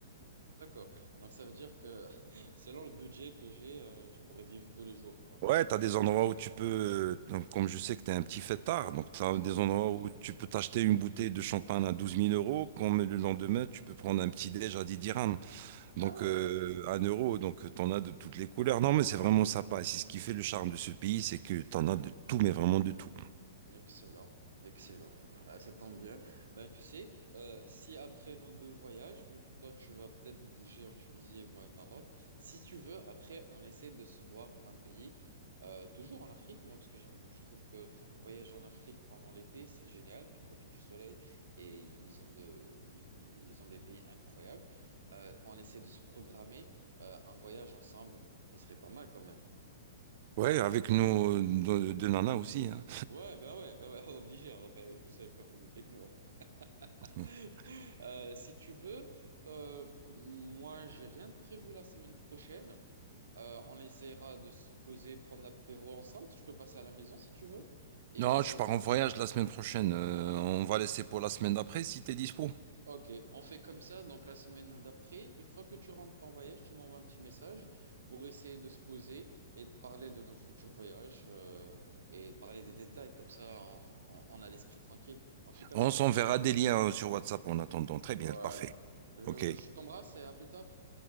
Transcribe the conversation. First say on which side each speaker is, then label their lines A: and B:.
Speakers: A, on the right (about 75°); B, on the right (about 50°).
A: D'accord, donc ça veut dire que <laughs> selon le budget que j'ai, euh, je pourrais vivre tous les jours, quoi.
B: Ouais, t'as des endroits où tu peux, euh, comme je sais que t'es un petit fêtard, donc t'as
A: Mhm.
B: des endroits où tu peux t'acheter une bouteille de champagne à douze mille euros, comme le lendemain, tu peux prendre un petit déj à 10 dirhams. Donc,
A: Ah ouais.
B: euh, un euro, donc t'en as de toutes les couleurs. Non, mais c'est vraiment sympa. C'est ce qui fait le charme de ce pays, c'est que t'en as de tout, mais vraiment de tout.
A: Excellent, excellent. Ah, ça tombe bien. Bah, tu sais, euh, si après nos deux voyages, vu que toi tu vas peut-être bouger en Tunisie et moi au Maroc, si tu veux, après on essaie de se voir un pays, euh, toujours en Afrique, moi, parce que j'aime, je trouve que voyager en Afrique pendant l'été, c'est génial. Tu profites du soleil et ils ont de, i- i- ils ont des pays incroyables. Euh, on essaie de se programmer euh, un voyage ensemble. Ça serait pas mal quand même.
B: Ouais, avec nos nos deux nanas aussi. hein.
A: Ouais, bah ouais, bah ouais, <laughs> obligé, on va pas aller tout seul comme le Pecno.
B: <laughs>
A: <laughs> Euh, si tu veux, euh, moi, j'ai rien de prévu la semaine prochaine. Euh, on essaiera de se poser, prendre l'apéro ensemble. Tu peux passer à la maison si tu veux. Et
B: Non,
A: on essaie.
B: je pars en voyage la semaine prochaine. Euh,
A: Ah,
B: on va laisser pour la semaine d'après si t'es dispo.
A: ok. On fait comme ça. Donc, la semaine d'après, une fois que tu rentres de ton voyage, tu m'envoies un petit message pour essayer de se poser et de parler de nos futurs voyages euh, et de parler des détails. Comme ça, on, on- on a l'esprit tranquille. On fait comme
B: On
A: ça?
B: s'enverra des liens euh, sur WhatsApp en attendant. Très
A: Voilà.
B: bien, parfait.
A: je
B: Ok.
A: je t'embrasse et à plus tard.